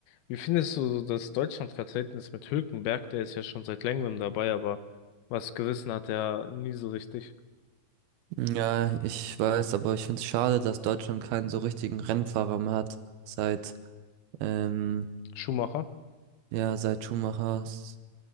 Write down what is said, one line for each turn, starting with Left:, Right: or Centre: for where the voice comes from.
Left: Wie findest du so das Deutschlandverhältnis mit Hülkenberg? Der ist ja schon seit längerem dabei, aber was gerissen hat er nie so richtig.
Right: Ja, ich weiß, aber ich finde es schade, dass Deutschland keinen so richtigen Rennfahrer mehr hat, seit, ähm,
Left: Schumacher?
Right: ja, seit Schumacher s-